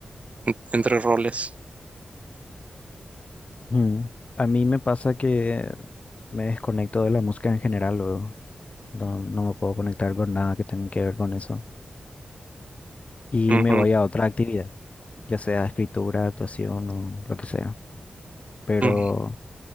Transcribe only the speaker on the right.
en- entre roles.
Ujú,
ujú,